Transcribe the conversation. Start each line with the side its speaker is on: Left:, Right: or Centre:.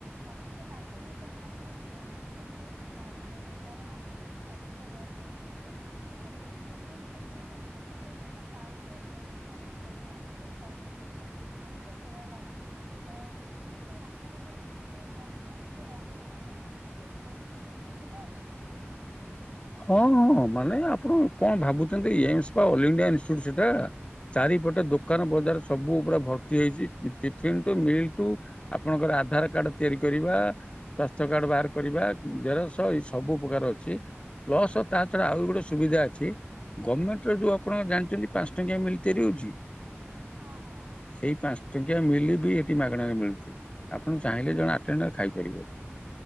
Right: ମତେ ଲାଗୁଛି ସେମାନେ ମେଡ଼ିସିନ ଦେଇକି ଛାଡ଼ିବେନି କାରଣ ଆଙ୍କର ଟିକେ ଅ ଅଧିକ ଦେହ ଖରାପ ହେଇଛି। ସେ ଦି ତିନି ଦିନ ପାଇଁ ଗୋଟେ ମେଡ଼ିସିନ ଦେଇ ଦେବେ ତାପରେ ବେଡ୍ ଖାଲି ହେଲେ ଆଡ଼ମିଶନ କରେଇବେ। ମତେ ତ ସେଇୟା ଲାଗୁଛି ତ ମାନେ ସେଇ ଆଖ ଆଖ ପାଖରେ କିଛି ଭଲ ମାନେ ଯେ ରହିବ ତାଙ୍କ ପାଖରେ ସେ ଖାଇବା ପାଇଁ କିଛି ସୁବିଧା ଅଛି।
Left: ହଁ ହଁ ମାନେ ଆପଣ କଣ ଭାବୁଛନ୍ତି ଇଏ ଇନ୍ସ ପା ଅଲ ଇଣ୍ଡିଆ ଇନଷ୍ଟିଚ୍ୟୁଟ୍ ସେଟା। ଚାରିପଟେ ଦୋକାନ ବଜାର ସବୁ ପୁରା ଭର୍ତ୍ତି ହେଇଛି ଟିଫିନ ଟୁ ମିଲ୍ ଟୁ ଆପଣଙ୍କର ଆଧାର କାର୍ଡ ତିଆରି କରିବା। ସ୍ୱାସ୍ଥ୍ୟ କାର୍ଡ଼ ବାହାର କରିବା ଉ ଜେରସ ଏଇ ସବୁ ପ୍ରକାର ଅଛି। ପ୍ଲସ ତା ଛଡ଼ା ଆହୁରି ଗୋଟେ ସୁବିଧା ଅଛି ଗଭମେଣ୍ଟର ଯୋଉ ଆପଣ ଜାଣିଛନ୍ତି ପାଞ୍ଚ ଟଙ୍କିଆ ମିଲ୍ ତିଆରି ହେଉଛି।
Right: ହଁ ହଁ।
Left: ସେଇ ପାଞ୍ଚ ଟଙ୍କିଆ ମିଲ ବି ଏଠି ମାଗଣାରେ ମିଳୁଛି ଆପଣ ଚାହିଁଲେ ଜଣେ ଆଟେଣ୍ଡର ଖାଇପାରିବ।